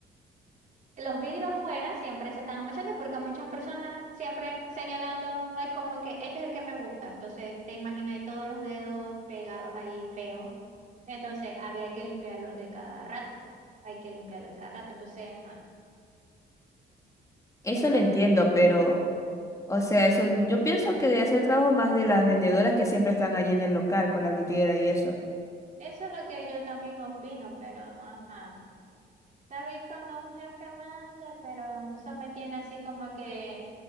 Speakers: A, on the right; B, on the left.
A: los vidrios fuera siempre se están manchando porque muchas personas siempre señalando, ay, como que este es el que me gusta. Entonces, te imaginas ahí todos los dedos pegados ahí feos. Entonces, había que limpiarlo de cada rato. Hay que limpiarlo de cada rato. Entonces, ajá.
B: Eso
A: Entonces,
B: lo entiendo, pero, o sea, eso, yo pienso que debe hacer trabajo más de las vendedoras que siempre están allí en el local con la vidriera y eso.
A: eso es lo que yo también opino, pero ajá. ¿Sabéis cuando un jefe manda? Pero eso me tiene así como que,